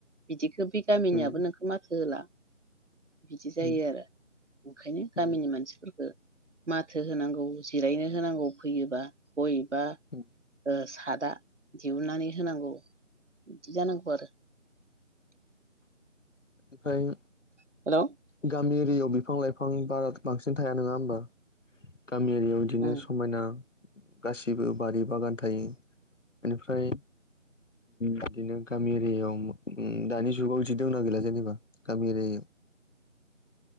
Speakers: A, on the right; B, on the left.
A: बिदिखौ गामिनियाबो
B: उम
A: नोंखौ माथो होला। बिदि जायो
B: उम
A: आरो ओंखायनो
B: उम
A: गामिनि मानसिफोरफोरखौ माथो होनांगौ जिरायनो होनांगौ फैयोबा गय
B: उम
A: सादा दिहुननानै होनांगौ बिदि जानांगौ आरो।
B: ओमफ्राय
A: हेल'?
B: गामि एरियायाव बिफां लाइफां बारा बांसिन थाया नङा होमबा गामि एरियायाव बिदिनो
A: उम
B: समायना गासिबो बारि बागान थायो बेनिफ्राय बिदिनो गामि एरियायाव दानि जुगाव बिदि दंना गैला जेनेबा गाम र